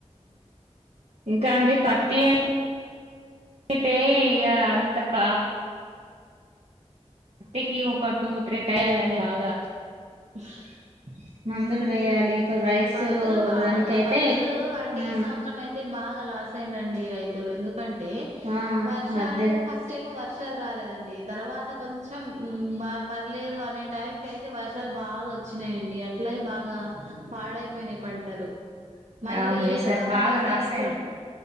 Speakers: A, on the right; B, on the right.
A: ఇంకా అండి పట్టి అయి అయితే ఇక అంత పా పత్తటికి ఒక టూ త్రీడ్ కాయాలండి బాగా
B: <unintelligible>
A: మందులు వేయాలి రైస్
B: పత్తులు బాగా
A: దానికైతే
B: పత్తులు అంటే
A: ఆ
B: ఈ సంవత్సరం అయితే బాగా లాస్ అయిన రండి రైతులు ఎందుకు ప్యాంటే
A: ఆ
B: వర్షాలు
A: మధ్యలో
B: ఫస్ట్ ఏమో వర్శ వర్షాలు రాలేదండి తర్వాత కొంచెం బాగా పర్లేదు అనే టైం క అయితే వర్షాలు బాగా వచ్చినాయండి అట్లా బాగా పాడైపోయినాయి పంటలు మళ్ళీ
A: అవును
B: వేళ్తామనీ
A: ఈసారి బాగా
B: సరి
A: లాస్ అయిండ్రు
B: కూడా